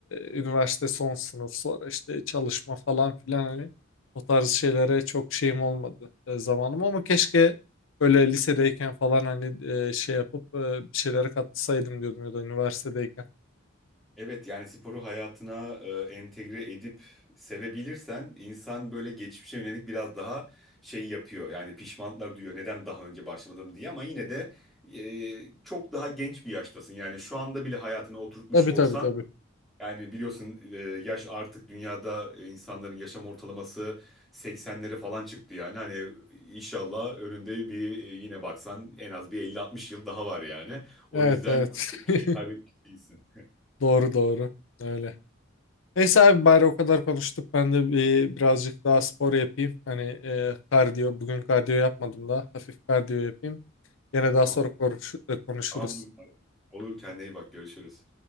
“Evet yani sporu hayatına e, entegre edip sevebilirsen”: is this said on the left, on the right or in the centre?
Centre